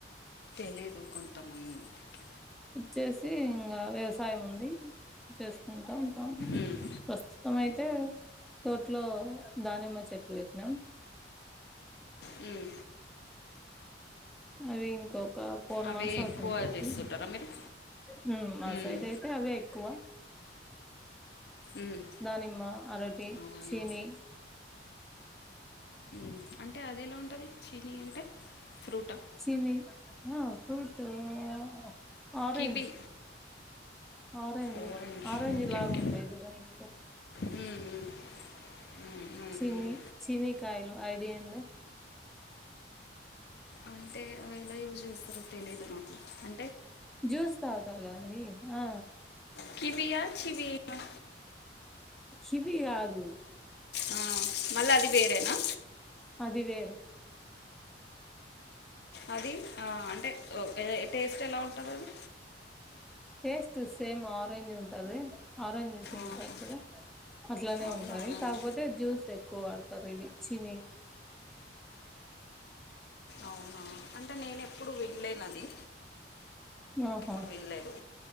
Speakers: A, on the left; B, in the centre.
A: తెలీయదు కొంతమంది కి
B: చేసి ఇంగా వ్యవసాయం ఉంది చేస్ కుంటం ఇంకా
A: ఉమ్,
B: ప్రస్తుతం అయితే తోట్లో దానిమ్మ చెట్లు పెట్నాం
A: మ్
B: అవి ఇంకో క ఫోన్
A: అవే
B: మంత్ అవుతుంది
A: ఎక్కువ
B: పెట్టి
A: చేస్తుంటారా మీరు
B: మ్ మ
A: ఉమ్,
B: సైడ్ అయితే అవే ఎక్కువ
A: ఉమ్,
B: దానిమ్మ అరటి
A: అవునా
B: చిలి
A: మ్ అంటే అది ఎలా ఉంటుంది చినీ అంటే ఫ్రూట
B: సివి ఆ ఫ్రూటు ఆ orange
A: kiwi
B: orange
A: orange
B: orange
A: okay
B: లాగా
A: ఓకే
B: ఉంటాయి చుడండి హెచ్
A: మ్మ్, మ్మ్. మ్మ్, మ్మ్,
B: చినీ
A: మ్మ్.
B: చినీ కాయలు ఐడియా ఉందా
A: అంటే అవి ఎలా యూజ్ చేస్తారో తెలిదు నాకు అం
B: జ్యూస్ తాగుతారు కదండీ ఆ
A: కివియా ఆ చివీ అ
B: చివి కాదు
A: ఆ మల్ల అది వేరేనా
B: అది వేరు
A: అది ఆ అంటే అదే టేస్ట్ ఎలా ఉంటది అది
B: టేస్ట్ సేమ్ ఆరెంజ్ ఉంటది ఆరెంజ్ చూసుంటరు
A: ఆహా.
B: కదా అట్లానే
A: అవునా
B: ఉంటది
A: మ్మ్,
B: కాకపోతే జ్యూస్ ఎక్కువ టరివి చిని
A: అవునా అంటే నేను ఎప్పుడు విన్లేన్ అది
B: ఆహా
A: ఎప్పుడు వినలేదు